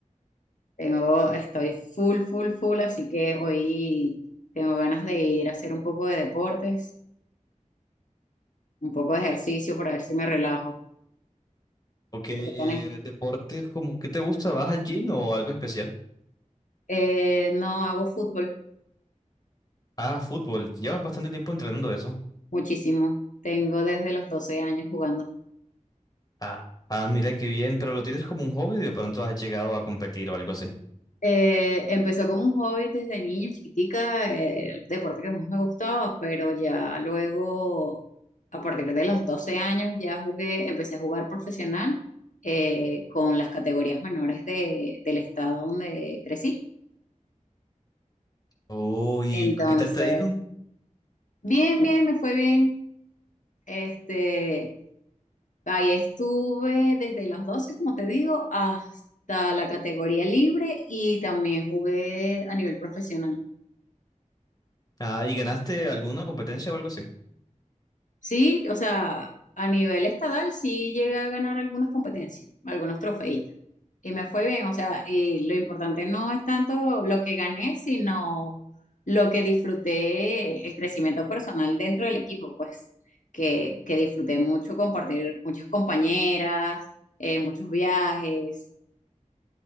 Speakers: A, on the left; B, on the left.
A: Tengo, estoy full, full, full, así que hoy tengo ganas de ir a hacer un poco de deportes, un poco de ejercicio para ver si me relajo.
B: Ok, eh,
A: ¿Tú qué tienes?
B: deportes como, ¿qué te gusta? ¿Vas al gym o algo especial?
A: Eh, no hago fútbol
B: Ah, fútbol, llevas bastante tiempo entrenando eso.
A: muchísimo. Tengo desde los 12 años jugando.
B: Ah, ah, mira qué bien, pero lo tienes como un hobby y de pronto has llegado a competir o algo así.
A: Eh, empezó como un hobby desde niña, chiquitica, eh, el deporte que más me gustaba, pero ya luego, a partir de los 12 años, ya jugué, empecé a jugar profesional eh, con las categorías menores de, del estado donde crecí.
B: Oh, ¿y
A: Entonces,
B: qué tal te ha ido?
A: bien, bien, me fue bien. Este, ahí estuve desde los 12 como te digo, hasta la categoría libre y también jugué a nivel profesional.
B: Ah, ¿y ganaste alguna competencia o algo así?
A: Sí, o sea, a nivel estadal sí llegué a ganar algunas competencias, algunos trofeitos. Y me fue bien, o sea, y lo importante no es tanto lo que gané, sino lo que disfruté, el crecimiento personal dentro del equipo, pues, que, que disfruté mucho compartir muchas compañeras, eh, muchos viajes.